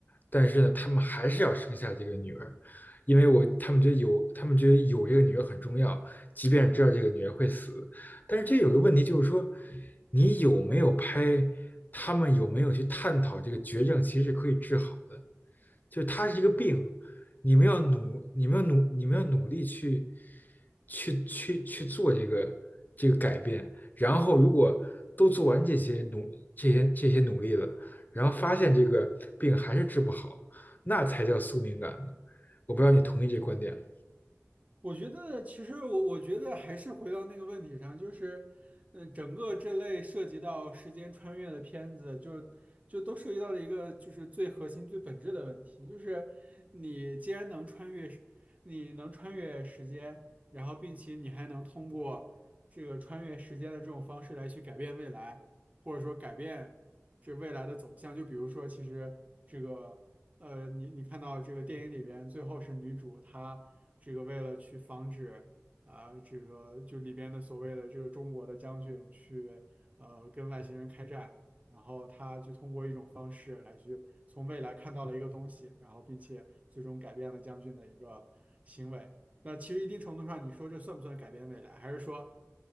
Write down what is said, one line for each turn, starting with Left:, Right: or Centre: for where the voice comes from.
Left: 但是呢，他们还是要生下这个女儿，因为我他们觉得有，他们觉得有这个女儿很重要，即便知道这个女儿会死。但是这有个问题，就是说，你有没有拍，他们有没有去探讨这个绝症其实是可以治好的，就是它是一个病，你们要努，你们要努，你们要努力去，去去去做这个这个改变。然后如果都做完这些努这些这些努力了，然后发现这个病还是治不好，那才叫宿命感呢。我不知道你同意这个观点吗？
Right: 嗯我觉得其实我我觉得还是回到那个问题上，就是，嗯，整个这类涉及到时间穿越的片子就，就都涉及到了一个就是最核心、最本质的问题，就是你既然能穿越时，你能穿越时间，然后并且你还能通过这个穿越时间的这种方式来去改变未来，或者说改变这未来的走向。就比如说，其实这个。呃，你你看到这个电影里边，最后是女主她这个为了去防止啊、这个就里边的所谓的这个中国的将军去呃跟外星人开战，然后她就通过一种方式来去从未来看到了一个东西，然后并且最终改变了将军的一个行为。那其实一定程度上，你说这算不算改变未来？还是说